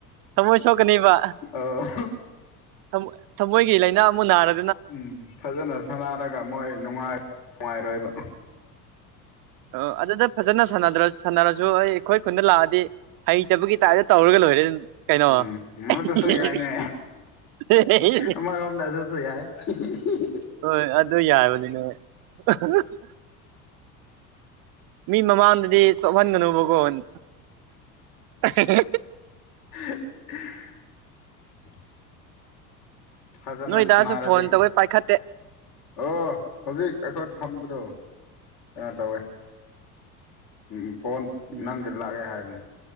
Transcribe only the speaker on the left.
ꯑꯣ
ꯎꯝ ꯐꯖꯅ ꯁꯥꯟꯅꯔꯒ ꯃꯣꯏ ꯅꯨꯡꯉꯥꯏ ꯅꯨꯡꯉꯥꯏꯔꯣꯏꯕ
ꯎꯝ
ꯑꯗꯨꯁꯨ ꯌꯥꯏꯅꯦ
ꯑꯃꯔꯣꯝꯗ ꯑꯗꯨꯁꯨꯨ ꯌꯥꯏ ꯍꯤꯍꯤꯍꯤ
<inaudible> ꯍꯥꯍꯥꯍꯥ ꯐꯖꯅ
ꯁꯥꯟꯅꯔꯗꯤ
ꯑꯣ ꯍꯧꯖꯤꯛ ꯑꯩꯈꯣꯏ ꯐꯝꯕꯗꯣ ꯑ ꯇꯧꯋꯦ ꯎꯝ ꯎꯝ ꯐꯣꯟ
ꯅꯪꯒꯤ ꯂꯥꯛꯑꯦ ꯍꯥꯏꯕꯅꯦ